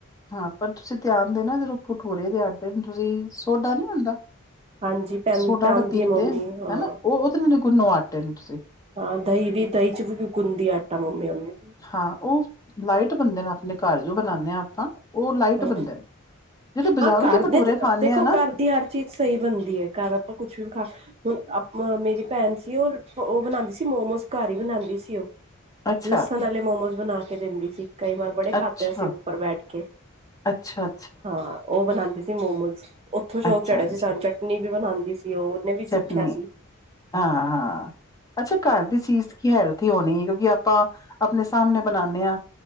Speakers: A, on the left; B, on the right.
A: ਹਾਂ ਪਰ ਤੁਸੀਂ ਧਿਆਨ ਦੇ ਨਾ ਜਦੋਂ ਭਟੂਰੇ ਦੇ ਆਟੇ ਨੂੰ ਤੁਸੀਂ ਸੋਡਾ ਨੀ ਹੁੰਦਾ
B: ਹਾਂਜੀ। ਪੈ
A: ਸੋਡਾ
B: ਪੈਂਦੀ
A: <unintelligible> ਪੀਂਦੇ
B: ਹੈ ਮੰਮੀ
A: ਆ
B: ਹਾਂ
A: ਹਨਾ ਉਹ ਉਹਦੇ ਨਾਲ ਗੁਨੋ ਆਟੇ ਨੂੰਂ ਤੁਸੀ
B: ਹਾਂ ਦਹੀਂ ਵੀ ਦਹੀਂ ਚ ਵੀ ਗੁੰਦੀ ਆਟਾ ਮੰਮੀ <unintelligible>
A: ਹਾਂ ਉਹ ਲਾਈਟ ਬੰਨਦੇ ਨੇ, ਆਪਣੇ ਘਰ ਜੋ ਬਣਾਉਂਦੇ ਆਂ ਆਪਾਂ ਉਹ ਲਾਈਟ
B: ਹਾਂ
A: ਬਣਦੇ, ਜਿਹੜੇ ਬਾਜ਼ਾਰੋ
B: ਹਾਂ ਘਰ
A: ਦੇ ਬਟੂਰੇ
B: ਤੇ
A: ਖਾਂਣੇ
B: ਦੇਖੋ
A: ਆਂ ਨਾ
B: ਘਰ ਦੀ ਹਰ ਚੀਜ਼ ਸਹੀ ਬਣਦੀ ਐ, ਘਰ ਆਪਾਂ ਕੁਛ ਵੀ ਖਾ ਹੁਣ ਅ ਮੇਰੀ ਭੈਣ ਸੀ ਉਹ ਉਹ ਬਣਾਉਂਦੀ ਸੀ ਮੋਮੋਸ ਘਰ ਹੀ ਬਣਾਉਂਦੀ ਸੀ ਉਹ
A: ਅੱਛਾ
B: ਲਸਣ ਆਲੇ ਮੋਮੋਸ ਬਣਾ ਕੇ ਦਿੰਦੀ ਸੀ ਕਈ ਵਾਰ ਬੜੇ ਖਾਦੇ
A: ਅੱਛਾ
B: ਅਸੀ ਉੱਪਰ ਬੈਠ ਕੇ।
A: ਅੱਛਾ।
B: ਹਾਂ ਉਹ ਬਣਾਂਦੀ ਸੀ ਮੋਮੋਸ, ਉੱਥੋਂ ਸ਼ੋਕ
A: ਅੱਛਾ
B: ਚੜਿਆ
A: ਅੱਛਾ
B: ਸੀ ਸਾਨੂੰ ਚਟਨੀ ਵੀ ਬਣਾਂਦੀ ਸੀ ਉਹ ਉਹਨੇ ਵੀ
A: ਚਟਨੀ
B: ਸਿੱਖਿਆ ਸੀ
A: ਹਾਂ ਹਾਂ। ਅੱਛਾ ਘਰ ਦੀ ਚੀਜ਼ ਕੀ ਹੈਲਥੀ ਹੋਣੀ ਐ ਕਿਉਂਕਿ ਆਪਾਂ ਆਪਣੇ ਸਾਮਣੇ ਬਣਾਣੇ ਆਂ